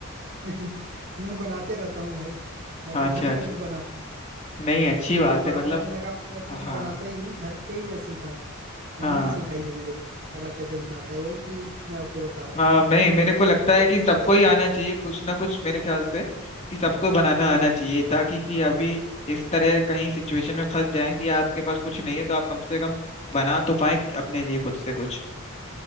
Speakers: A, on the right (about 50°); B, on the left (about 30°).
A: बन- <laughs> मैं बनाते रहता हूँ भाई मैं तो
B: अच्छा
A: घर
B: अच्छा
A: में भी बनाता हूँ।
B: नहीं अच्छी बात
A: तो बाहर
B: है मतलब
A: रहने लगा हूँ तो अपने
B: हाँ
A: से बनाता ही हूँ घर पे ही मैं सीखा हूँ मम्मी
B: हाँ
A: ही सिखाई है मेरे को ये मसाला कैसे बनाता है वही चीज मैं आपको बता रहा हूँ
B: हाँ मैं मेरे
A: पहले
B: को लगता
A: मेरे को
B: है
A: भी
B: कि
A: नहीं
B: सबको
A: पता चलता
B: ही आना
A: था
B: चाहिए कुछ ना कुछ मेरे ख्याल से कि सबको बनाना
A: हाँ
B: आना चाहिए
A: हाँ
B: ताकि कि अभी इस तरह कहीं सिचुएशन में फंस जाए कि आपके पास कुछ नहीं है तो आप कम से कम बना तो पाए अपने लिए खुद से कुछ